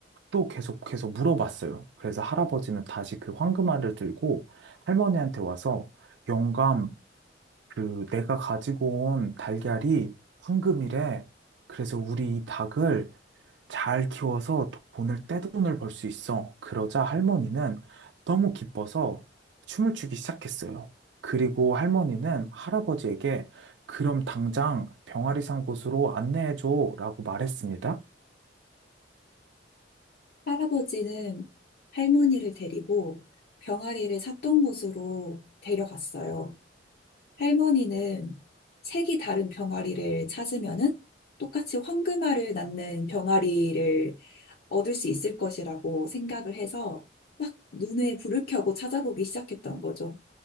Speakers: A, on the right; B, on the left.
A: 또 계속 계속 물어봤어요. 그래서 할아버지는 다시 그 황금알을 들고 할머니한테 와서 영감 그 내가 가지고 온 달걀이 황금이래. 그래서 우리 이 닭을 잘 키워서 돈을 떼돈을 벌 수 있어. 그러자 할머니는 너무 기뻐서 춤을 추기 시작했어요. 그리고 할머니는 할아버지에게 그럼 당장 병아리산 곳으로 안내해줘라고 말했습니다.
B: 할아버지는 할머니를 데리고 병아리를 샀던 곳으로 데려갔어요. 할머니는 색이 다른 병아리를 찾으면은 똑같이 황금알을 낳는 병아리를 얻을 수 있을 것이라고 생각을 해서 막 눈에 불을 켜고 찾아보기 시작했던 거죠.